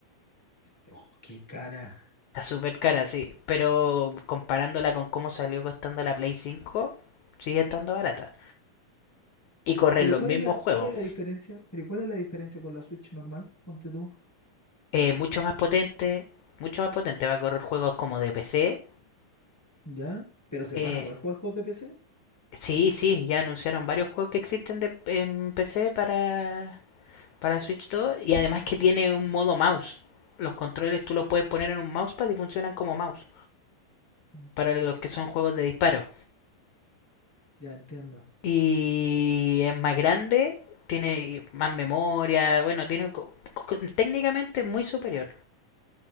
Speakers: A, in the centre; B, on the left.
A: S- Oh, qué cara.
B: Está súper cara, sí. Pero comparándola con cómo salió costando la Play cinco sigue estando barata. Y correr
A: Pero
B: los
A: ¿cuál
B: mismos
A: es la,
B: juegos.
A: cuál es la diferencia? Pero ¿cuál es la diferencia con la Switch normal? Ponte tú.
B: Eh, mucho más potente, mucho más potente. Va a correr juegos como de PC.
A: ¿Ya? ¿Pero se
B: Eh,
A: van a poder jugar juegos de PC?
B: sí, sí, ya anunciaron varios juegos que existen de, en PC para, para Switch 2. Y además que tiene un modo mouse. Los controles tú los puedes poner en un mousepad y funcionan como mouse.
A: Mm,
B: Para los que son juegos de disparo.
A: Ya entiendo.
B: Y es más grande, tiene más memoria, bueno, tiene co- co- técnicamente muy superior.